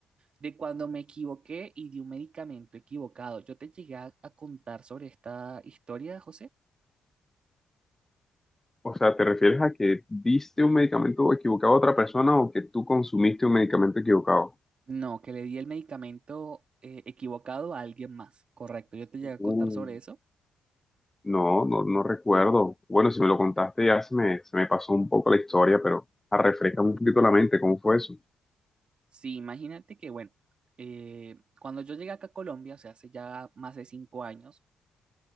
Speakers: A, on the right; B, on the left.
A: de cuando me equivoqué y di un medicamento equivocado. ¿Yo te llegué a a contar sobre esta historia, José?
B: O sea, ¿te refieres a que diste un medicamento equivocado a otra persona o que tú consumiste un medicamento equivocado?
A: No, que le di el medicamento eh, equivocado a alguien más, correcto. Yo te llegué
B: Uh,
A: a contar sobre eso.
B: no, no, no recuerdo. Bueno, si me lo contaste ya se me, se me pasó un poco la historia, pero ah, refrescame un poquito la mente, ¿cómo fue eso?
A: Sí, imagínate que, bueno, eh, cuando yo llegué acá a Colombia, o sea, hace ya más de cinco años,